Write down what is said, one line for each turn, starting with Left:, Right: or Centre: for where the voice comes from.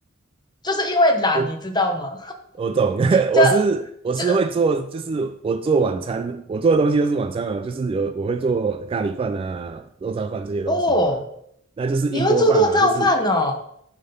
Left: 就是因为懒，
Right: 我
Left: 你知道吗？
Right: 我懂，<laughs>
Left: <laughs> 这
Right: 我是我是会做，
Left: 这
Right: 就是我做晚餐，我做的东西都是晚餐啊，就是有我会做咖喱饭啊、肉燥饭这些东西嘛，
Left: 哦。<laughs>
Right: 那就是一锅饭嘛，
Left: 你会做肉燥饭哦？
Right: 就是